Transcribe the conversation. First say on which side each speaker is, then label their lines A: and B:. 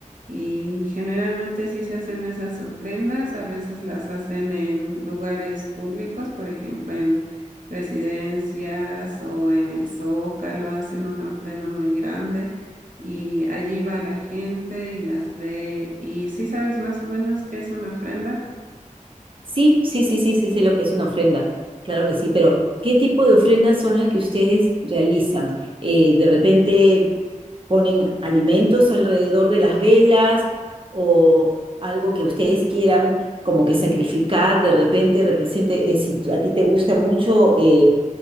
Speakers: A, on the right; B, on the right.
A: Y generalmente sí se hacen esas ofrendas, a veces las hacen en lugares públicos, por ejemplo, en presidencias o en el Zócalo, hacen una ofrenda muy grande y allí va la gente y las ve. ¿Y sí sabes más o menos qué es una ofrenda?
B: Sí, sí, sí, sí, sí, sé lo que es una ofrenda, claro que sí, pero ¿qué tipo de ofrendas son las que ustedes realizan? Eh, ¿de repente ponen alimentos alrededor de las velas o algo que ustedes quieran como que sacrificar, de repente represente, eh, si tú- a ti te gusta mucho eh,